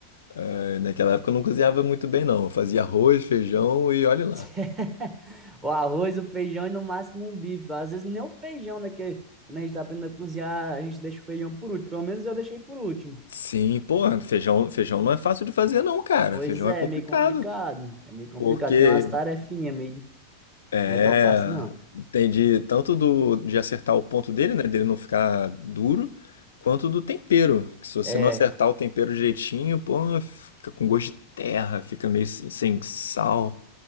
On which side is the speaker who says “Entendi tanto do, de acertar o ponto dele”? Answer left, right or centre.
Left